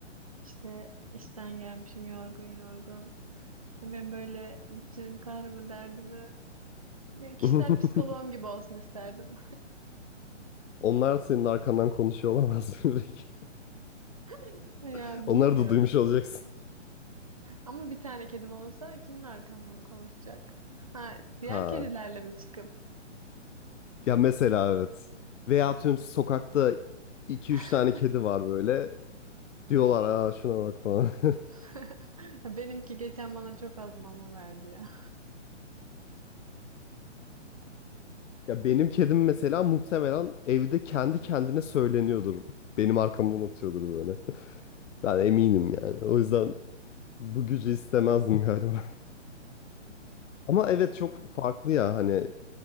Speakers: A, on the right; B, on the left.
A: İşte işten gelmişim yorgun yorgun. Ve Ben böyle bütün kahrımı derdimi yani kişisel
B: <laughs>
A: psikoloğum gibi olsun isterdim.
B: Onlar senin arkandan konuşuyor olamaz mı peki?
A: <laughs>
B: <laughs>
A: Ya
B: Onları
A: bilmiyorum.
B: da duymuş olacaksın.
A: Ama bir tane kedim olursa kimin arkamdan konuşacak? Ha, diğer
B: Ha.
A: kedilerle mi çıkıp?
B: Ya mesela evet. Veya atıyorum sokakta iki
A: <laughs>
B: üç tane kedi var böyle. Diyorlar aa şuna bak falan. <laughs>
A: <laughs> Benimki geçen bana çok az mama verdi ya.
B: Ya benim kedim mesela muhtemelen evde kendi kendine söyleniyordur. Benim arkamdan atıyordur böyle. <laughs> Ben eminim yani. O yüzden bu gücü istemezdim galiba. <laughs> Ama evet çok farklı ya hani